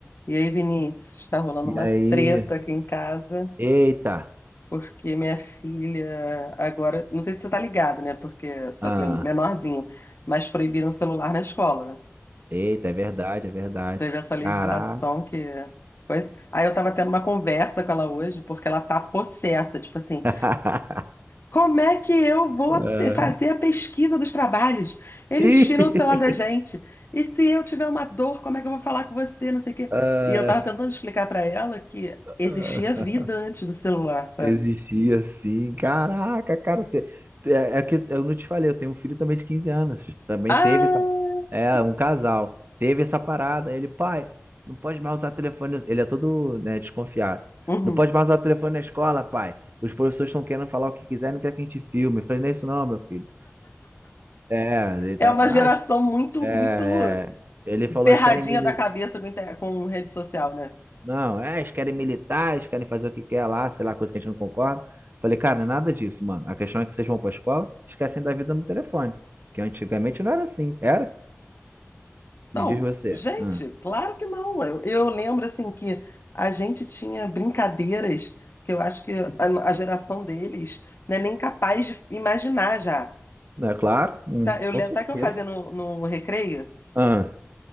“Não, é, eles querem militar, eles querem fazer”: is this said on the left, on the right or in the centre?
Right